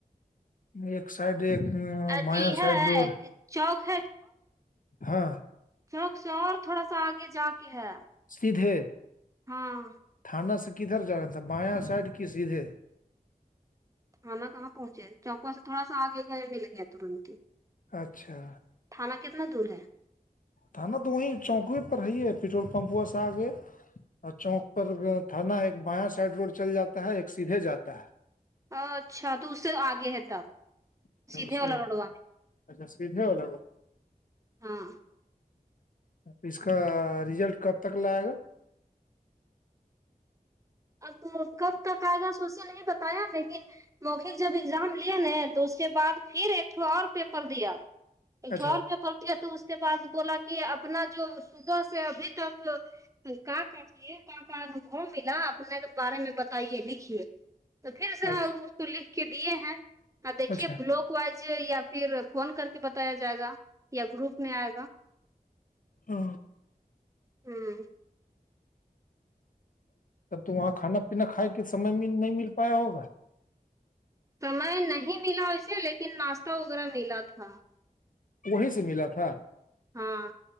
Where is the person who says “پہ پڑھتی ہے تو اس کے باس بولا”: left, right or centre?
Right